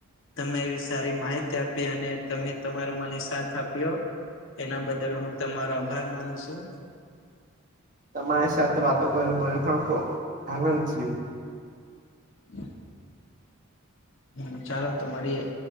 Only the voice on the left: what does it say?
તમે એવી સારી માહિતી અને તમે મને સાથ આપ્યો. એના બદલ હું તમારો આભાર માનું છું.
હમ. હમ, ચાલો તો મળીએે.